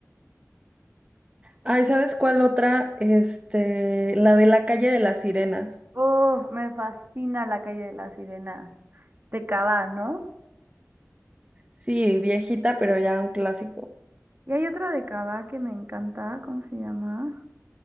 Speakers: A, on the right (about 20°); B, on the right (about 40°).
A: Ay, ¿sabes cuál otra? Este, la de La calle de las sirenas.
B: Uf, me fascina La calle de las sirenas. De Cava, ¿no?
A: Sí, viejita, pero ya un clásico.
B: Y hay otra de Cava que me encanta. ¿Cómo se llama?